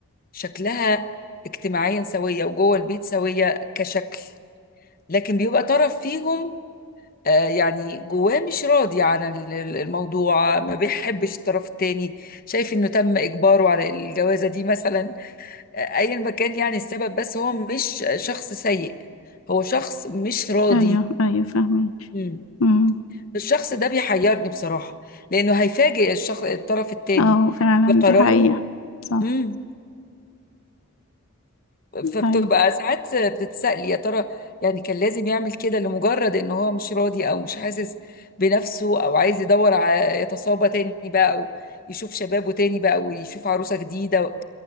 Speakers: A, on the left; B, on the left.
A: شكلها اجتماعيا سويه وجوه البيت سويه كشكل لكن بيبقى طرف فيهم آه، يعني جواه مش راضي عن ال- ال- الموضوع ما بيحبش الطرف التاني شايف انه تم اجباره على الجوازة دي مثلا آه، ايا ما كان يعني السبب بس هو مش شخص سيء هو شخص مش راضي
B: أيوه أيوه فاهمك
A: مم.
B: مم.
A: الشخص ده بيحيرني بصراحة لانه هيفاجئ الشخص الطرف التاني
B: اه فعلا
A: بقراره
B: دي حقيقة صح
A: امم فبتبقى
B: أيوه
A: ساعات بتتسألي يا ترى يعني كان لازم يعمل كده لمجرد ان هو مش راضي او مش حاسس بنفسه او عايز يدور على يتصابى تاني بقى او يشوف شبابه تاني بقى ويشوف عروسة جديدة